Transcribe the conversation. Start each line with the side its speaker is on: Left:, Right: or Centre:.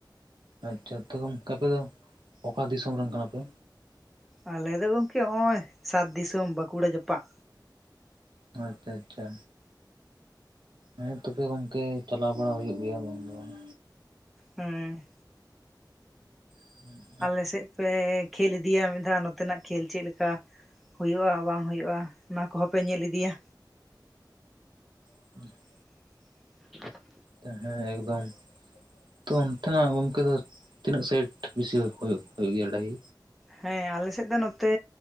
Right: ᱟᱪᱪᱷᱟ ᱛᱚ ᱜᱚᱝᱠᱮ ᱟᱯᱮ ᱫᱚ ᱚᱠᱟ ᱫᱤᱥᱚᱢ ᱨᱮᱱ ᱠᱟᱱᱟ ᱯᱮ?
Centre: ᱟᱞᱮᱫ ᱫᱚ ᱜᱚᱝᱠᱮ ᱦᱚᱜ ᱚᱭ ᱥᱟᱹᱛ ᱫᱤᱥᱚᱢ ᱵᱟᱸᱠᱩᱲᱟ ᱡᱟᱯᱟᱜ
Right: ᱚᱸᱟᱪᱪᱷᱟ ᱟᱪᱪᱷᱟ ᱦᱮᱸ ᱛᱚᱵᱮ ᱜᱚᱝᱠᱮ ᱪᱟᱞᱟᱣ ᱵᱟᱲᱟ ᱦᱩᱭᱩᱜ ᱜᱮᱭᱟ ᱵᱟᱝ ᱫᱚ ᱵᱟᱝ
Centre: ᱦᱮᱸ
Right: <unintelligible>
Centre: ᱟᱞᱮ ᱥᱮᱫ ᱯᱮ ᱠᱷᱮᱞ ᱤᱫᱤᱭᱟ ᱢᱤᱫ ᱫᱷᱟᱣ ᱱᱚᱛᱮᱱᱟᱜ ᱠᱷᱮᱞ ᱪᱮᱫ ᱞᱮᱠᱟ ᱦᱩᱭᱩᱜᱼᱟ ᱵᱟᱝ ᱦᱩᱭᱩᱜᱼᱟ ᱚᱱᱟ ᱠᱚᱦᱚᱸ ᱯᱮ ᱧᱮᱞ ᱤᱫᱤᱭᱟ
Right: <unintelligible>
Centre: <unintelligible>
Right: ᱦᱮᱸ ᱮᱠᱫᱚᱢ ᱛᱚ ᱚᱱᱛᱮᱱᱟᱜ ᱜᱚᱢᱠᱮ ᱫᱚ ᱛᱤᱱᱟᱹᱜ ᱥᱟᱭᱤᱰ ᱵᱤᱥᱤ ᱦᱩᱭᱩᱜ ᱜᱮᱭᱟ ᱰᱟᱹᱦᱤ
Centre: ᱦᱮᱸ ᱟᱞᱮᱥᱮᱫ ᱫᱚ ᱱᱚᱛᱮ